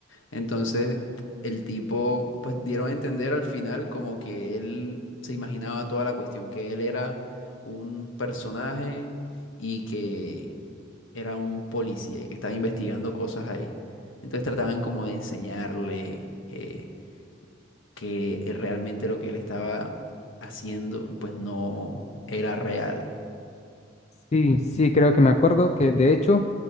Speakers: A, on the left (about 80°); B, on the left (about 35°).
A: Entonces, el tipo, pues dieron a entender al final como que él se imaginaba toda la cuestión, que él era un personaje y que era un policía y que estaba investigando cosas ahí. Entonces trataban como de enseñarle eh, que realmente lo que él estaba haciendo pues no era real.
B: Sí, sí, creo que me acuerdo que de hecho